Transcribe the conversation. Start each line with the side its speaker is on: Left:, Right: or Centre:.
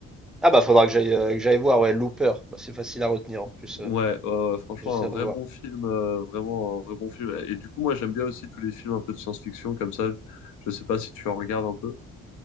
Centre: Ah bah faudra que j'aille euh, que j'aille voir, ouais, Looper, Bah, c'est facile à retenir en plus,
Left: Ouais,
Centre: euh,
Left: euh, franchement,
Centre: j'essaie
Left: un vrai
Centre: de revoir.
Left: bon film, euh, vraiment un vrai bon film, et du coup, moi, j'aime bien aussi tous les films un peu de science-fiction, comme ça, je sais pas si tu en regardes un peu.